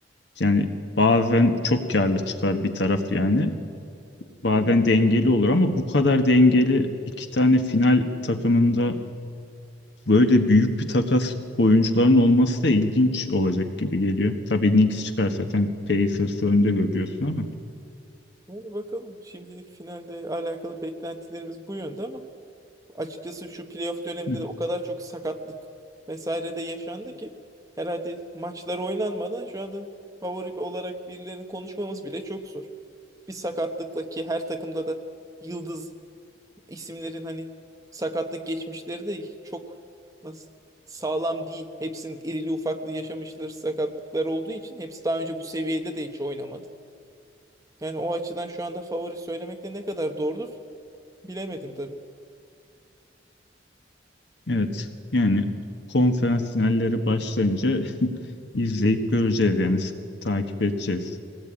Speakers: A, on the left; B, on the right.
A: Yani bazen çok karlı çıkar bir taraf yani. Bazen dengeli olur ama bu kadar dengeli iki tane final takımında böyle büyük bir takas oyuncuların olması da ilginç olacak gibi geliyor. Tabii Knicks çıkar zaten Pacers'ı önde görüyorsun ama.
B: Yani bakalım şimdilik finalde alakalı beklentilerimiz bu yönde ama açıkçası şu playoff döneminde
A: Hı,
B: de o kadar çok sakatlık vesaire de yaşandı ki herhalde maçlar oynanmadan şu anda favori olarak birilerini konuşmamız bile çok zor. bir sakatlıkla ki her takımda da yıldız isimlerin hani sakatlık geçmişleri de çok nasıl sağlam değil. Hepsinin irili ufaklı yaşamışları sakatlıklar olduğu için hepsi daha önce bu seviyede de hiç oynamadı. Yani o açıdan şu anda favori söylemek de ne kadar doğrudur bilemedim tabii.
A: Evet yani konferans finalleri başlayınca <laughs> izleyip göreceğiz yani sık- takip edeceğiz.